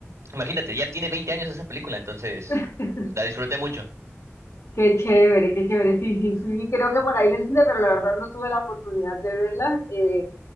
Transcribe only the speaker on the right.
Imagínate, ya tiene 20 años esa película, entonces
la disfruté mucho.